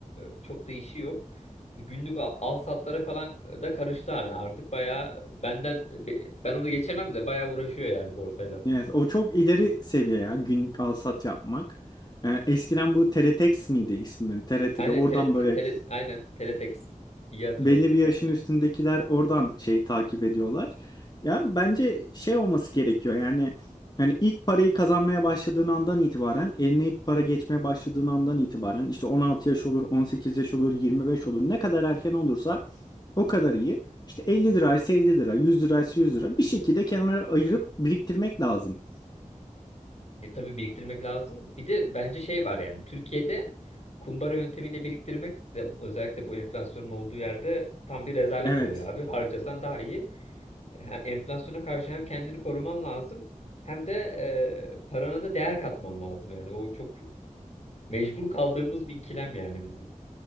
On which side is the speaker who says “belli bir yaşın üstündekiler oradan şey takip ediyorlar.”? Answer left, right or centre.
Left